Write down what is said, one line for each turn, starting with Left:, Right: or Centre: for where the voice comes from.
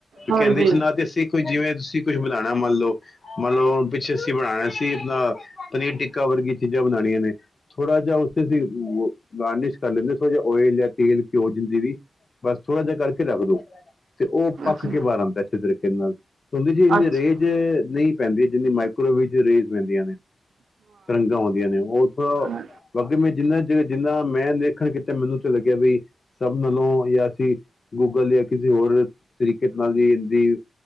Right: ਹਾਂਜੀ
Left: ਕਹਿੰਦੇ ਛੱਣਾ ਦੇ ਸਿਕ। ਕੋ ਜਿਵੇਂ ਤੁਸੀਂ ਕੁਛ ਬਣਾਉਣਾ ਮੰਨ ਲਓ। ਮੰਨ ਲਓ ਪਿੱਛੇ ਅਸੀਂ ਬਣਾਣਾ ਸੀ ਨਾ ਪਨੀਰ ਟਿੱਕਾ ਵਰਗੀ ਚੀਜ਼ਾਂ ਬਣਾਣੀਆਂ ਨੇ। ਥੋੜ੍ਹਾ ਜਿਹਾ ਉੱਥੇ ਦੀ, ਗਾਰਨਿਸ਼ ਕਰ ਲੈਂਦੇ ਥੋੜ੍ਹਾ ਜਿਹਾ ਓਇਲ ਜਾਂ ਤੇਲ-ਘਿਉ ਜਿੰਦੇ ਵੀ। ਬਸ ਥੋੜ੍ਹਾ ਜਿਹਾ ਕਰਕੇ ਰੱਖ ਦੋ। ਤੇ ਓ ਪੱਕ
Right: ਅੱਛਾ
Left: ਕੇ ਬਾਰ ਆਂਦਾ ਅੱਛੇ ਤਰੀਕੇ ਨਾਲ, ਕੁਲਦੀ ਜੀ ਇੰਨੀ
Right: ਅੱਛਾ
Left: ਰੇਜ ਨਹੀਂ। ਪੈਂਦੀ ਹੈ ਜਿੰਨੀ ਮਾਈਕ੍ਰੋਵੇਵ ਰੇਜ ਪੈਂਦੀਆਂ ਨੇ ਤਿਰੰਗਾਂ ਔਂਦੀਆਂ ਨੇ ਓ ਥੋੜਾ
Right: ਹਾਂ
Left: ਬਗੇ ਮੈਂ ਜਿੰਨਾ ਜ ਜਿੰਨਾ ਮੈਂ ਦੇਖਣ ਕੀਤਾ ਮੈਨੂੰ ਤੇ ਲੱਗਿਆ ਵੀ ਸਭ ਨਾਲੋਂ ਅਸੀਂ ਗੂਗਲ ਇੱਕ। ਕਿਸੇ ਹੋਰ ਤਰੀਕੇ ਨਾਲ ਵੀ ਹਦੀ